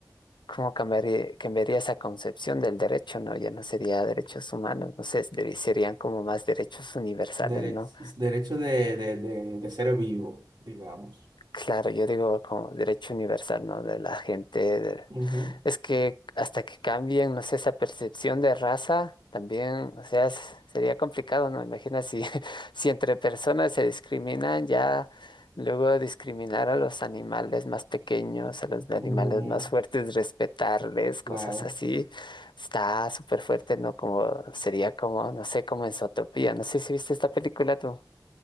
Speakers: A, on the left (about 75°); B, on the right (about 65°).
A: cómo cambiaría, cambiaría esa concepción del derecho, ¿no? Ya no sería derechos humanos, no sé, deri- serían como más derechos universales,
B: Dere-
A: ¿no?
B: derecho de, de, de, de ser vivo, digamos.
A: Claro, yo digo como derecho universal, ¿no? De la gente. de-
B: Ujú.
A: Es que hasta que cambien, no sé, esa percepción de raza, también, o sea, es- sería complicado, ¿no? Imagina si, <laughs> si entre personas se discriminan, ya luego discriminar a los animales más pequeños, a los animales
B: Mm,
A: más fuertes, respetarles,
B: claro.
A: cosas así, está súper fuerte, ¿no? Como sería como, no sé, como en Zootopía. No sé si viste esta película tú.